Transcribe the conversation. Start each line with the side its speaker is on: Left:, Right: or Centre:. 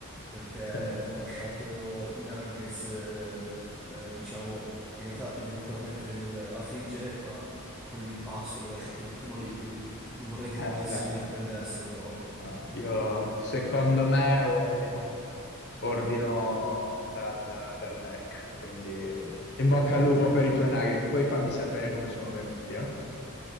Centre: perché
Left: Sì.
Centre: ho lasciato i nuggets, eh, eh, diciamo, in realtà li devo ancora mettere nel- a friggere, ma con l'impasto li ho lasciati un attimo lì, quindi non vorrei che
Left: Eh,
Centre: poi si
Left: eh.
Centre: rapprendessero troppo.
Left: Ah, Io secondo me ordino, ordino
Centre: Ah.
Left: dal, dal Mac, quindi in bocca al lupo per i tuoi nuggets, poi fammi sapere come sono venuti, eh?